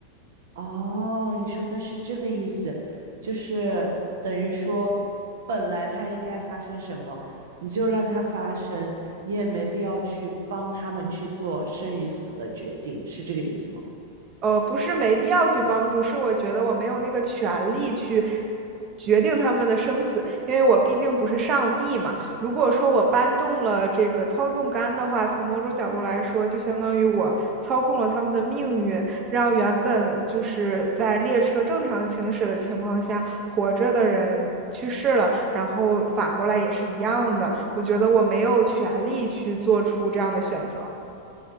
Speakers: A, on the right; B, on the right.
A: 哦，你说的是这个意思，就是等于说，本来他应该发生什么，你就让他发生，你也没必要去帮他们去做生与死的决定，是这个意思吗？
B: 呃，不是没必要去帮助，是我觉得我没有那个权利去决定他们的生死，因为我毕竟不是上帝嘛。如果说我搬动了这个操纵杆的话，从某种角度来说，就相当于我操控了他们的命运，让原本就是在列车正常行驶的情况下活着的人去世了，然后反过来也是一样的。我觉得我没有权利去做出这样的选择。